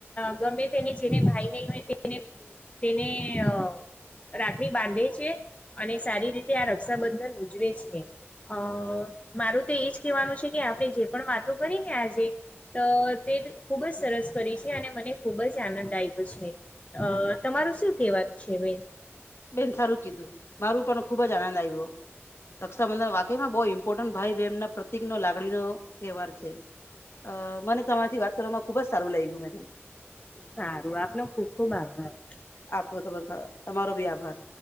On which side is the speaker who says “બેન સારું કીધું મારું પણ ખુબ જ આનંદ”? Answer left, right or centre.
Left